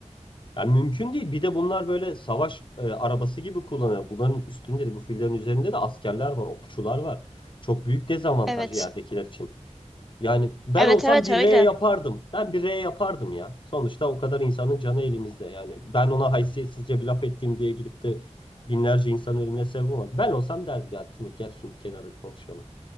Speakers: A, on the left; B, in the centre.
A: Yani mümkün değil. Bir de bunlar böyle savaş e, arabası gibi kullanıyor. Bunların üstünde de bu fillerin üzerinde de askerler var, okçular var. Çok büyük dezavantaj
B: Evet.
A: yerdekiler için. Yani ben
B: Evet
A: olsam
B: evet
A: bir
B: öyle.
A: R yapardım. Ben bir R yapardım ya. Sonuçta o kadar insanın canı elimizde. Yani ben ona haysiyetsizce bir laf ettiğim diye gidip de binlerce insan ölümüne sebep olmadım. Ben olsam derdim ya Timur gel şunu bir kenarda bir konuşalım.